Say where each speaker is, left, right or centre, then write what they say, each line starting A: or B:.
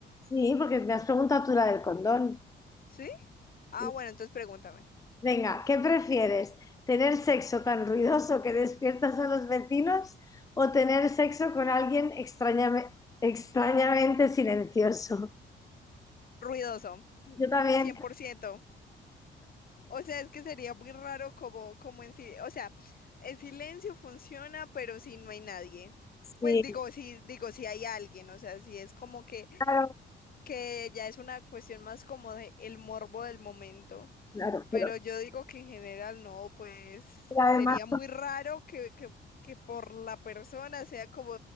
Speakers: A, on the left; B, on the left.
A: Sí, porque me has preguntado tú la del condón.
B: ¿Sí?
A: Sí.
B: Ah, bueno, entonces pregúntame.
A: Venga, ¿qué prefieres? ¿Tener sexo tan ruidoso que despiertas a los vecinos o tener sexo con alguien extrañame- extrañamente silencioso?
B: Ruidoso,
A: Yo también,
B: cien por ciento. O sea, es que sería muy raro como, como en silencio. O sea, el silencio funciona, pero si no hay nadie.
A: sí,
B: Pues digo, si, digo, si hay alguien, o sea, si es como que
A: claro,
B: que ya es una cuestión más como de el morbo del momento.
A: claro,
B: Pero
A: pero
B: yo digo que en general no, pues
A: pero además,
B: sería muy raro que, que, que por la persona sea como